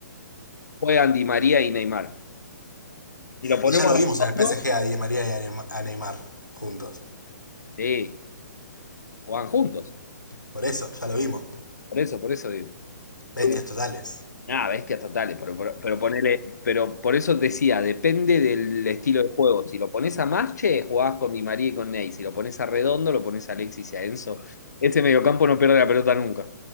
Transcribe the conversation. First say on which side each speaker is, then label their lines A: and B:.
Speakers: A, on the left (about 65°); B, on the left (about 80°).
A: juegan Di María y Neymar. Si lo ponemos
B: Y ya lo
A: a redondo,
B: vimos en el PSG a Di María y a Neymar juntos.
A: sí, juegan juntos.
B: Por eso, ya lo vimos.
A: Por eso, por eso digo.
B: Bestias
A: Eh,
B: totales.
A: Nada, bestias totales, pero, pero, pero ponele, pero por eso decía, depende del estilo de juego. Si lo pones a Masche, jugás con Di María y con Ney. Si lo pones a Redondo, lo pones a Alexis y a Enzo. Ese mediocampo no pierde la pelota nunca.